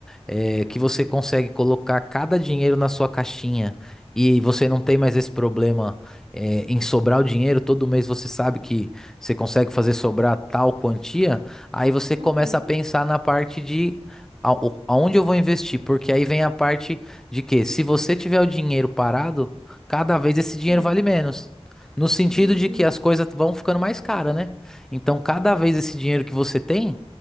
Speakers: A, in the centre; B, on the right.
A: é, que você consegue colocar cada dinheiro na sua caixinha e você não tem mais esse problema, é, em sobrar o dinheiro, todo mês você sabe que você consegue fazer sobrar tal quantia, aí você começa
B: Uhum.
A: a pensar na parte de a- o- aonde eu vou investir, porque aí vem a parte de que se você tiver o dinheiro parado, cada vez esse
B: Sim.
A: dinheiro vale menos. No sentido
B: Uhum.
A: de que as coisas vão ficando mais caras, né? Então, cada vez esse dinheiro que você tem,